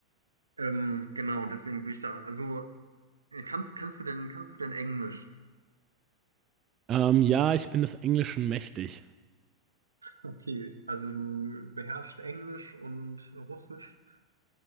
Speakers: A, on the right; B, on the right.
A: Ähm, genau, deswegen würde ich da, also äh, kannst, kannst du denn, kannst du denn Englisch?
B: Ähm, ja, ich bin des Englischen mächtig.
A: Okay, also du beherrschst Englisch und Russisch,